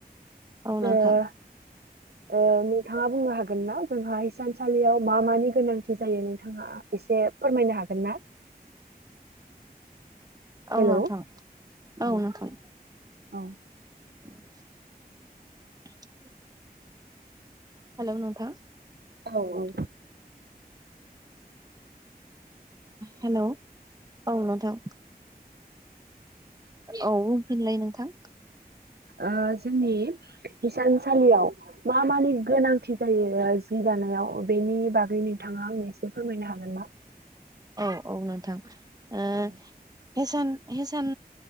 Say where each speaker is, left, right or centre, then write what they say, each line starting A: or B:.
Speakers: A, on the right; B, on the right.
A: औ नोंथां
B: ओ ओ <unintelligible> नोंथाङा बुंनो हागोन ना जोंहा हिसानसालियाव मा मानि गोनांथि जायो नोंथाङा एसे फोरमायनो हा गोन ना।
A: औ
B: हेलौ
A: नोंथां
B: अ
A: औ नोंथां।
B: औ।
A: <inaudible> हेलौ नोंथां।
B: औ औ।
A: हेलौ औ नोंथां। औ बुंफिनलाय नोंथां।
B: ओ जोंनि हिसानसालियाव मा मानि गोनांथि जायो <unintelligible> हि दिनायाव बेनि बागै नोंथाङा आंनो एसे फोरमायनो हागोन ना।
A: औ औ नोंथां ओ
B: औ
A: हेसान हेसान